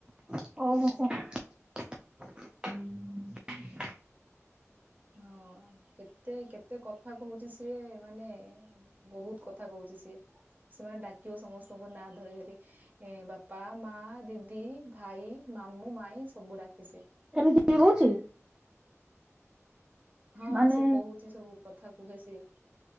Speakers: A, on the right; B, on the right.
A: <inaudible>
B: ହଁ କେତେ କେତେ କଥା କହୁଛି। ସିଏ ମାନେ ବହୁତ କଥା କହୁଛି ସିଏ। ସି ମାନେ ଡାକିବ ସମସ୍ତଙ୍କୁ ନାଁ ଧରି ଧରି। ଏ ବାପା ମା ଦିଦି ଭାଇ ମାମୁଁ ମାଇଁ ସବୁ ଡାକେ ସେ।
A: ଏମିତି ବି ହଉଛି?
B: ହଁ
A: ମାନେ
B: ସେ କହୁଛି ସବୁ କଥା। କୁହେ ସେ